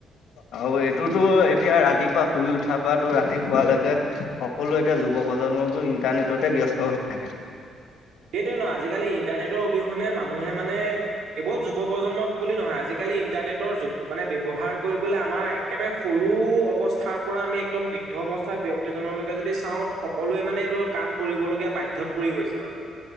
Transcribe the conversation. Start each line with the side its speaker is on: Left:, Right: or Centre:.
Left: আৰু এইটোতো এতিয়া ৰাতিপুৱা শুই উঠাৰ পৰাতো ৰাতি শুৱালৈকে সকলো এতিয়া যুৱ প্ৰজন্ম নবোৰ ইণ্টাৰনেটতে ব্যস্ত হৈ থাকে।
Right: কিয়নো আজিকালি ইন্টাৰনেটৰ অবিহনে মানুহে মানে কেৱল যুৱৱ প্ৰজন্মক বুলি নহয় আজিকালি ইন্টাৰনেট নেটৰ যোগ মানে ব্যৱহাৰ কৰিবলৈ আমাৰ একেবাৰে সৰু অৱস্থাৰ পৰা আমি একদম বৃদ্ধৱস্থাৰ ব্যক্তিজনলৈকে যদি চাওঁ সকলোৱে মানে এইটো কাম কৰিবলগীয়া বাধ্যত পৰি গৈছে মানে।